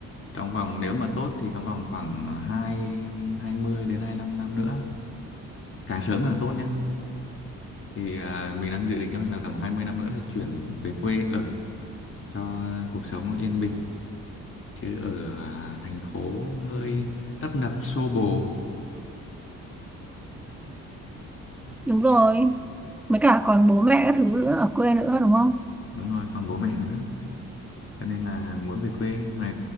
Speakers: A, on the left; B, in the centre.
A: trong vòng nếu mà tốt thì trong vòng khoảng hai 20 đến hai lăm năm nữa càng sớm càng tốt nhá thì à, mình đang dự định kế hoạch là tầm 20 năm nữa thì chuyển về quê ở cho cuộc sống nó yên bình chứ ở à, thành phố hơi tấp nập xô bồ
B: đúng rồi mấy cả còn bố mẹ các thứ nữa ở quê nữa đúng không
A: đúng rồi còn bố mẹ nữa cho nên là muốn về quê mà